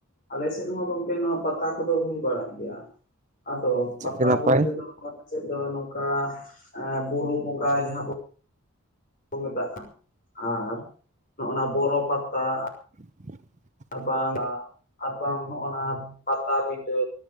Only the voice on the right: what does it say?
ᱟᱪᱪᱷᱟ
ᱟᱹᱰᱤ ᱱᱟᱯᱟᱭ
<inaudible>